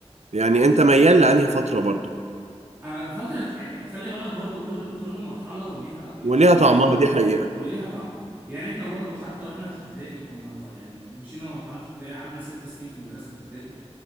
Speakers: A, on the right (about 85°); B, on the right (about 20°).
A: يعني انت ميال لانهي فترة برضو
B: أنا فترة يعني خلي بالك برضو كل كل مرحلة وليها يعني
A: وليها
B: وليها
A: طعمها
B: ال...
A: دي حقيقة
B: وليها طعمها يعني احنا برضو حتى واحنا في ابتدائي كنا خ- يعني مشينا مرحلة ابتدائي قعدنا ست سنين في مدرسة ابتدائي